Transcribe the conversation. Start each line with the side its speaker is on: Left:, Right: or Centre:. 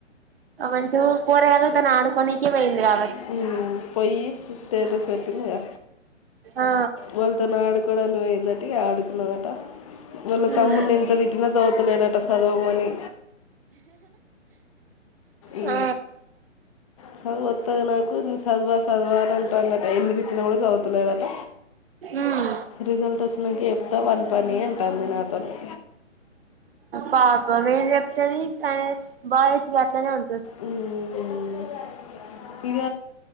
Right: అంచూ కోరగాల్ తను ఆడుకోనికే వెయిందరా
Left: ఊ పోయి స్టేటస్ పెట్టింది గా
Right: ఆ
Left: వాళ్ళతో ను ఆడుకో డానికి పోయింది మొదటి అడుకునందటా వాళ్ళ తమ్మున్ని
Right: ఉమ్
Left: ఎంత తిట్టినా చదువుతలేడట చదవమని ఈ
Right: ఆ
Left: చదువు వస్తాది నాకు నేను చదువా చదవాలంటాన్నదట ఎన్ని తిట్టిన కూడా చదుతలేడట
Right: ఉమ్
Left: రిజల్ట్ వచ్చినంక ఏం చెప్తా వాని పని అంటాంది నాతోనీ
Right: పాపం ఏం చెప్తది బాయ్స్ గట్లానే ఉంట
Left: ఉమ్ ఇగ